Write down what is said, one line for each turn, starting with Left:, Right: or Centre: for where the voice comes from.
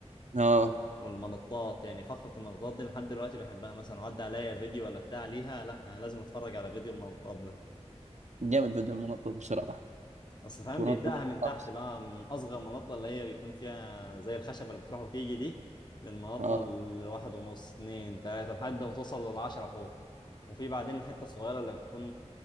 Right: اه
Left: والمنطات يعني فقرة المنطات دي لحد دلوقتي بحبها مثلا عدى عليا فيديو ولا بتاع ليها لا أنا لازم أتفرج على فيديو المنطات ده
Right: جامد بدون منطق بصراحه
Left: أصل فاهم
Right: منطق
Left: بيبدأها
Right: من
Left: من تحت
Right: الخمس
Left: لا من أصغر منطة اللي هي بيكون فيها زي الخشبة اللي بتروح وتيجي دي للمنطة
Right: اه
Left: الواحد ونص اتنين تلاتة لحد ما توصل للعشرة فوق وفي بعدين الحتة الصغيرة اللي بتكون